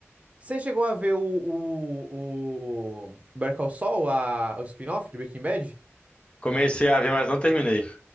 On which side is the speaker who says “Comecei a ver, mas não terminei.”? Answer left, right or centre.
Left